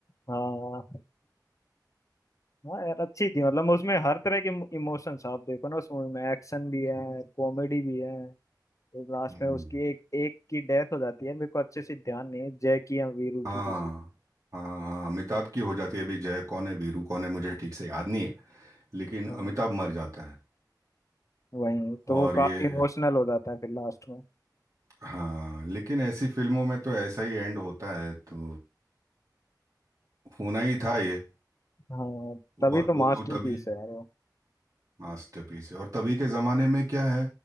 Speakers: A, on the left (about 45°); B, on the right (about 50°).
A: हाँ हाँ यार अच्छी थी मतलब उसमें हर तरह के इमोशंस आप देखो ना उस मूवी में एक्शन भी है कॉमेडी भी है तो लास्ट
B: हम्म,
A: में उसकी एक एक की डेथ हो जाती है मेरे को अच्छे से ध्यान नहीं है जय की या वीरू
B: हाँ
A: की किसी
B: हाँ हाँ अमिताभ की हो जाती है अभी जय कौन है वीरू कौन है मुझे ठीक से याद नहीं है लेकिन
A: हाँ
B: अमिताभ मर जाता है
A: वही तो
B: और
A: वो काफी
B: ये
A: इमोशनल हो जाता है फिर लास्ट में
B: हाँ लेकिन ऐसी फिल्मों में तो ऐसा ही एंड होता है तो होना ही था ये
A: हाँ तभी
B: और
A: तो
B: वो
A: मास्टरपीस
B: तो तभी
A: है यार वो
B: मास्टरपीस है और तभी के जमाने में क्या है